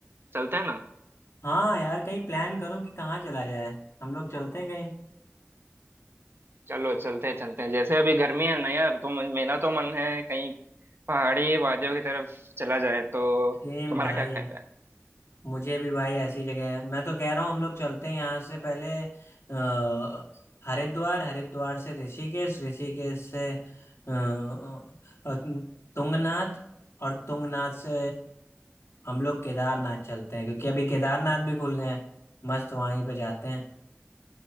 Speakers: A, on the right; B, on the left.
A: चलते हैं ना
B: हाँ यार कहीं प्लान करो कि कहाँ चला जाए हम लोग चलते हैं कहीं
A: चलो चलते हैं चलते हैं जैसे अभी गर्मी है ना यार तो म- मेरा तो मन है कहीं पहाड़ी वादियों की तरफ चला जाए तो
B: सेम
A: तुम्हारा
B: भाई
A: क्या कहना
B: मुझे भी भाई ऐसी जगह है मैं तो कह रहा हूँ हम लोग चलते हैं यहाँ से पहले अ, हरिद्वार हरिद्वार से ऋषिकेश ऋषिकेश से अ, अ, तुंगनाथ और तुंगनाथ से हम लोग केदारनाथ चलते हैं क्योंकि अभी केदारनाथ भी खुल गए हैं मस्त वहीं पे जाते हैं